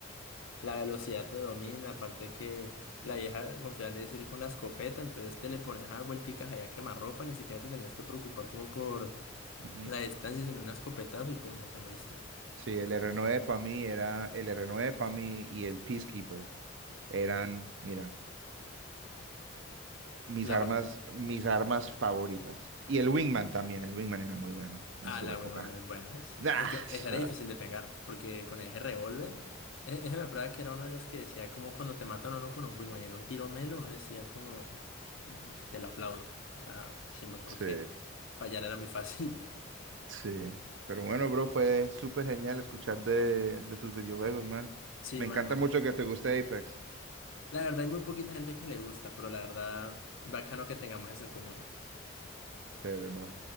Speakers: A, on the left; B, on the right.
A: La velocidad te domina, aparte que la vieja confiable es ir con la escopeta, entonces te le pones a dar vuelticas allá a quemarropa, ni siquiera te tenías que preocupar como por
B: Mm, mm.
A: la distancia, sino un escopetazo y pum, ya te moriste.
B: Sí, el R9 para mí era, el R9 para mí y el Peacekeeper eran, mira. mis
A: La
B: armas,
A: joy-
B: mis armas favoritas. Y el Wingman también, el Wingman era muy bueno en
A: Ah,
B: su
A: la
B: época.
A: huevona, bueno, sí.
B: ¡Das!
A: Aunque esa era
B: Ah,
A: difícil de pegar, porque con ese revólver, e- ese me prueba que era uno de los que decía como cuando te matan a uno con un wingman, era un tiro melo, uno decía como, "Mm, te lo aplaudo. O sea, chimba, porque
B: Sí,
A: fallar era muy fácil. <laughs>
B: sí. Pero bueno, bro, fue súper genial escuchar de, de tus videojuegos, man.
A: Sí,
B: Me encanta
A: mano.
B: mucho que te guste Apex.
A: La verdad hay muy poquita gente que le gusta, pero la verdad, bacano que tengamos eso en común.
B: Chévere, man.